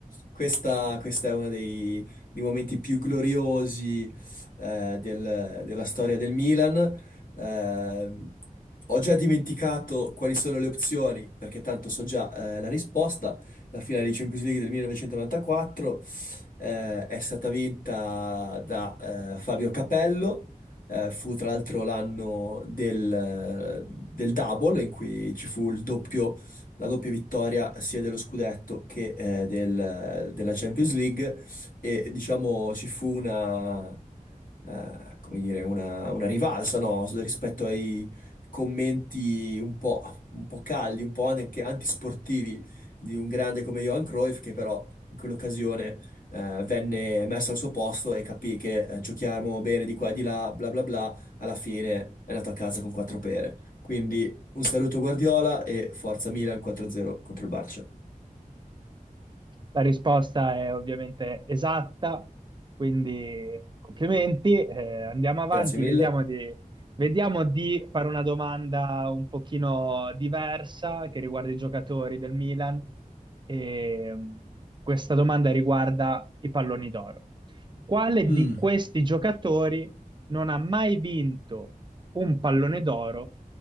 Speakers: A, on the left; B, on the right.
A: questa, questa è uno dei, dei momenti più gloriosi eh, del- della storia del Milan. Eh, ho già dimenticato quali sono le opzioni, perché tanto so già eh, la risposta. La finale di Champions League del 1994 eh, è stata vinta da eh, Fabio Capello. Eh, fu tra l'altro l'anno del, del double, in cui ci fu il doppio la doppia vittoria sia dello scudetto che eh, del- della Champions League e diciamo ci fu una, eh, come dire, una, una rivalsa no? rispetto ai commenti un po', un po' caldi, un po' anche antisportivi di un grande come Johan Cruyff che però in quell'occasione eh, venne messo al suo posto e capì che eh, giochiamo bene di qua e di là, bla bla bla, alla fine è andato a casa con quattro pere. Quindi un saluto Guardiola e forza Milan 4-0 contro il Barça.
B: La risposta è ovviamente esatta, quindi complimenti. Eh, andiamo avanti,
A: Grazie mille.
B: vediamo di, vediamo di fare una domanda un pochino diversa che riguarda i giocatori del Milan. E, mh, questa domanda riguarda i palloni d'oro. Quale
A: Mm,
B: di questi giocatori non ha mai vinto un pallone d'oro